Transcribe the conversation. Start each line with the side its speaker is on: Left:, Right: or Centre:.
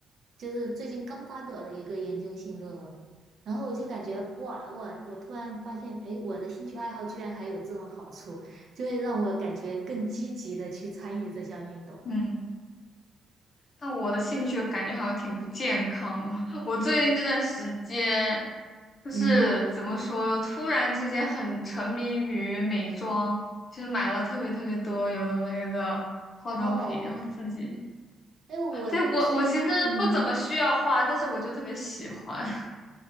Right: 就是最近刚发表的一个研究性论文，然后我就感觉哇哇，我突然发现，哎，我的兴趣爱好居然还有这种好处，就会让我感觉更积极的去参与这项运动。
Left: 嗯，那我的兴趣感觉好像挺不健康的。<laughs> 我最近这段时间，就是怎么说，
Right: 嗯，
Left: 突然之间很沉迷于美妆，就是买了特别特别多有的没的化妆品，
Right: 哦，
Left: 然后自己
Right: 哎，我最近嗯。
Left: 对，我我其实不怎么需要画，但是我就特别喜欢。<laughs>